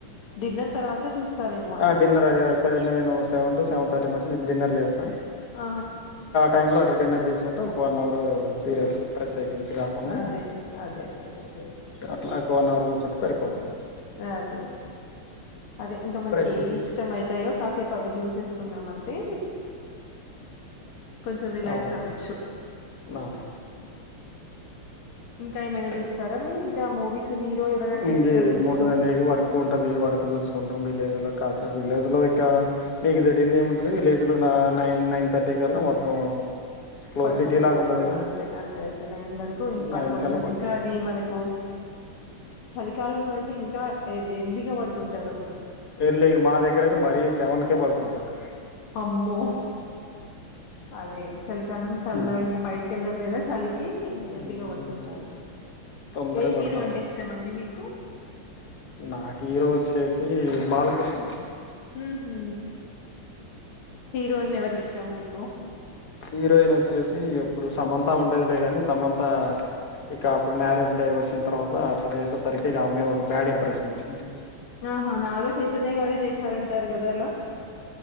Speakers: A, on the left (about 85°); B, on the left (about 50°).
A: డిన్నర్ తర్వాత చూస్తారేమో అలా.
B: ఆ డిన్నర్ ఆ స నేను సెవెన్ టు సెవెన్ థర్టీ మధ్య ది డిన్నర్ చేస్తా
A: ఆ
B: టైం లో అట్ట డిన్నర్ చేసుకుంట ఒక వన్ అవర్ సీరియల్సు ప్రత్యేకించి కాకుండా
A: అదే. అదే. అదే. అదే.
B: అట్లా ఒక వన్ అవర్ కూర్చుంటే సరిపోతుంది
A: అదే అదే ఇంకా మనకి
B: ప్రత్యేకించి
A: ఏవి ఇష్టమ అయితాయో కాసేపు అవి చూసేసుకున్నామంటే కొంచం రిలాక్స్
B: అవును
A: అవ్వచ్చు
B: అవును
A: ఇంకా ఏమయినా చూస్తారా మీరు ఇంకా మూవీస్ హీరో ఎవరంటే
B: ఇంకేముండాది
A: ఇష్టం మీకు?
B: అండి వర్క్ ఉంటది వర్క్ చూసుకుంటుం విలేజ్ లో కాస విలేజ్ లో ఇకా మీకు తేలిందిముంటది విలేజ్ లో నైన్ నైన్ థర్టీ కల్లా మొత్ తం క్లోజ్
A: పడుకుండిపోతారు.
B: సిటీ లాగా ఉండదుగా
A: అంతే. అంతే. అంతే. వరకు ఇ పడుకుంటారు.
B: నైన్కల్ పడుకో
A: ఇంకా అది మనకు చలికాలంలో అయితే ఇంకా ఎ-ఎర్లీగా పడుకుంటారు
B: ఎర్లీ మా దగ్గర అయితే మరీ సెవెనకే పడుకుంటారు
A: అమ్మో అదే చలికాలం చల్ల
B: ఉమ్.
A: ఇంక బయటకి వెళ్లరు కదా కి ఎర్లీగా
B: ఉమ్.
A: పడుకుంటారు
B: తొందరగా
A: ఏ
B: పడుకుంటారు
A: హీరో అంటే ఇష్టం అండి మీకు
B: నాకు హీరో వచ్చేసి బాలకృష్ణ అండి
A: ఉహు హీరోయిన్ ఎవరి ఇష్టం మీకు
B: హీరోయిన్ వచ్చేసి ఎప్పుడు సమంత ఉండేదిలే గాని సమంత ఇక అప్పుడు మ్యారేజ్ డైవర్షన్ తర్వాత అట్లా చేసేసరికి ఇక ఆమే మీద ఒక బ్యాడ్ ఇంప్రెషన్ వచ్చింది
A: ఆహా నాగచైతన్య గారే చేసారంటారు కద అలా